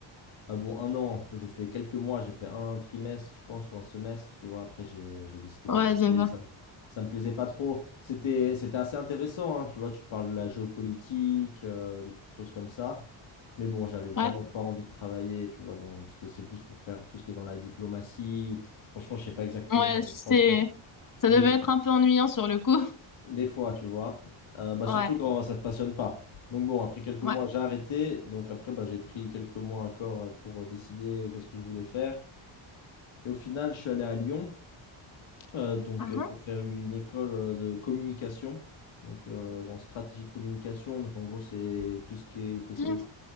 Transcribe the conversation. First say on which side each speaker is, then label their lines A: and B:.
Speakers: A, on the left (about 65°); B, on the left (about 40°).
A: Ah bon, un an, j'ai fait quelques mois, j'ai fait un trimestre, je pense, ou un semestre, tu vois. Après, j'ai j'ai décidé
B: ouais,
A: d'arrêter.
B: je vois.
A: Ça me, ça me plaisait pas trop. C'était c'était assez intéressant, hein, tu vois. Tu parles de la géopolitique, euh, des choses comme ça. Mais bon, j'avais vraiment
B: Ouais,
A: pas envie de travailler, tu vois, dans- parce que c'est plus pour faire tout ce qui est dans la diplomatie, ou franchement, je sais pas exactement,
B: ouais, c'est...
A: franchement.
B: Ça
A: Mais
B: devait être un peu ennuyant sur le coup. <laughs>
A: des fois, tu vois. Euh, bah, surtout
B: Ouais.
A: quand ça te passionne pas. Donc bon, après quelques
B: Ouais.
A: mois, j'ai arrêté. Donc après, bah, j'ai pris quelques mois encore euh, pour euh, décider qu'est-ce que je voulais faire. Et au final, je suis allé à Lyon, euh, donc
B: Ah,
A: euh,
B: hein.
A: pour faire une école euh, de communication. Donc euh, dans stratégie de communication. Donc en gros, c'est tout ce qui est le côté.
B: Je